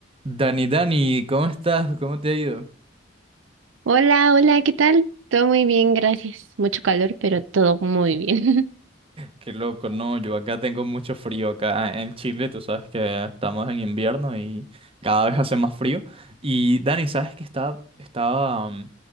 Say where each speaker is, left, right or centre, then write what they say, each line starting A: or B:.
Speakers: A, on the right; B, on the right.
A: Dani, Dani, ¿cómo estás? ¿Cómo te ha ido?
B: Hola, hola, ¿qué tal? Todo muy bien, gracias. Mucho calor, pero todo muy bien.
A: Qué loco, no, yo acá tengo mucho frío, acá en Chile, tú sabes que estamos en invierno y cada vez hace más frío. Y Dani, sabes que estaba, estaba mm,